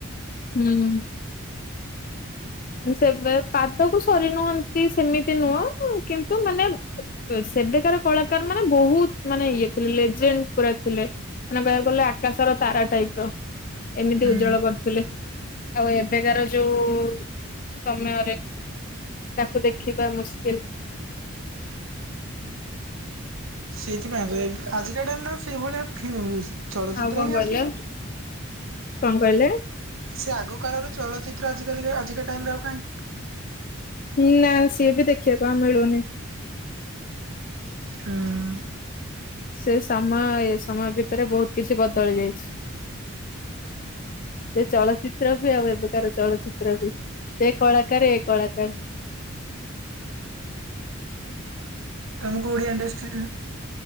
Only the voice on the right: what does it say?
ହୁଁ
ସେଇଥିପାଇଁ ତ ଏ ଆଜିକା ଟାଇମର ଆଉ ସେଇଭଳିଆ ଫି ଚଳଚିତ୍ର
ହିଁ
ଆସୁନି।
ସେ ଆଗ କାଳର ଚଳଚିତ୍ର ଆଜିକାଲିରେ ଆଜିକା ଟାଇମରେ ଆଉ କାହିଁ?
ହଁ।
ତମକୁ ଓଡ଼ିଆ ଇଣ୍ଡଷ୍ଟ୍ରିର୍